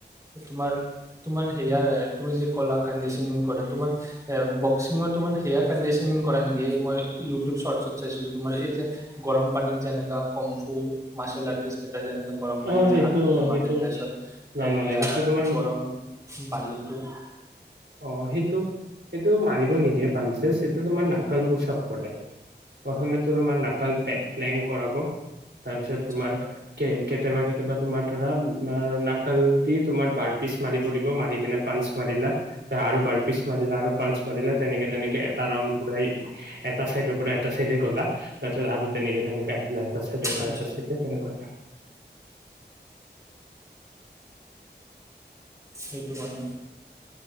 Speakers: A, on the right; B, on the right.
A: তোমাৰ তোমাৰ সেয়াৰ তুমি যে কলা কন্দেশেনিং কৰে তোমাৰ এ বক্সিং ত তোমাৰ হেয়াৰ কণ্ডিচনিং কৰা নেকি মই ই টো চৰ্ত চৰ্ত চাইছিলো তোমাৰ এই যে গৰম পানীৰ যেনেকা কমফু মাৰ্চেল আট যেনেকে গৰম পানীত
B: অ
A: যে
B: সেইটো
A: হাতটো জমাৰে
B: সেইটো
A: দ তাৰপিছত
B: নামাৰে
A: সেয়া
B: সেইটো তোমাৰ
A: গৰম বালিটো
B: অ সেইটো সেইটো মাৰিব নিদিয়ে বানঞ্চে সেইটো। তোমাৰ নাকাল পোচাপ কৰে প্ৰথমে তোমাৰ নাকাল পে প্লেন কৰাব তাৰপিছত
A: আচ্ছা
B: তোমাৰ কেক কেতিয়াবা কেতিয়াবা তোমাৰ ধৰা নাকাল দি তোমাৰ বাৰ পিচ মাৰিব দিব মাৰি কেনে পাঞ্চ মাৰিলা। আৰু বাৰ পিছ মাৰিলা আৰু পাঞ্চ মাৰিলা তেনেকে তেনেকে এটা ৰাউনড পুৰা এটা চাইডৰ পৰা এটা চাইডে গলা তাৰ পিছত আৰু তেনেকে তেনেকে আহিলা এটা চাইডৰ পৰা
A: আচ্ছা
B: এটা চাইডে তেনেকুৱা এটা।
A: সেইটো কাৰণে